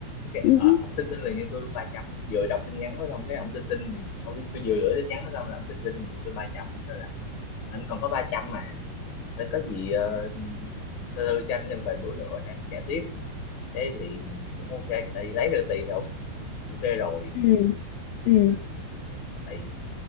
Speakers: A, on the left; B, on the left.
A: cái
B: ừ
A: ờ, ông tin tin liền cho tôi luôn 300 vừa đọc tin nhắn nó xong cái ông tin tin liền ông tôi vừa gửi tin nhắn nó xong là ông tin tin liền cho tôi ba trăm ông kêu là anh còn có 300 mà Thế có gì ờ, thư thư cho anh thêm vài bữa nữa để anh trả tiếp thế thì mình cũng ok tại vì lấy được tiền rồi, ok rồi
B: ừ ừ.
A: mà tại